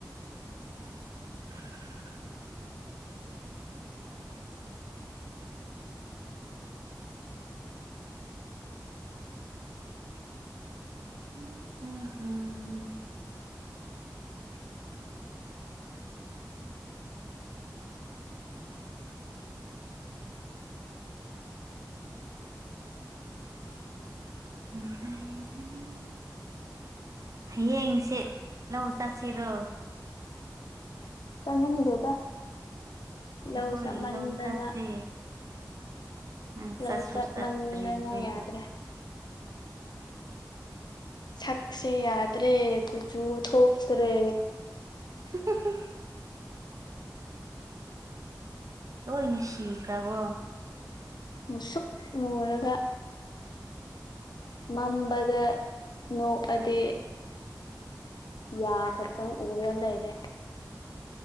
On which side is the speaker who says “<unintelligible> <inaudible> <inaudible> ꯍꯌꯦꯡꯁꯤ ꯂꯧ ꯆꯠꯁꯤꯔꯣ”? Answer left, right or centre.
Right